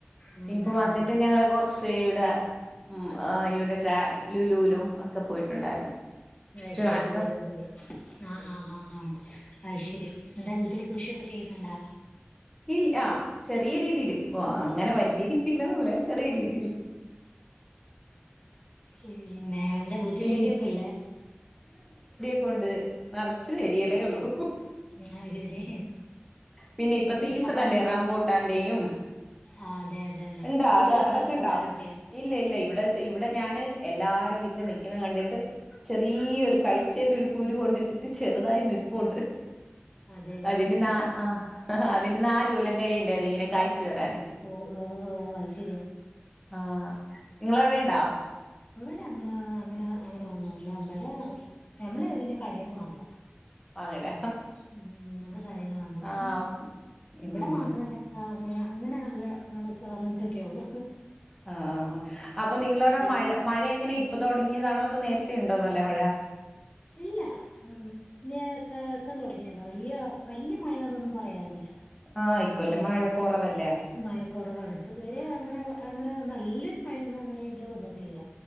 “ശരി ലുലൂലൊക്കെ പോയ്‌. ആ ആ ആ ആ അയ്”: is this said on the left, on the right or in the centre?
Left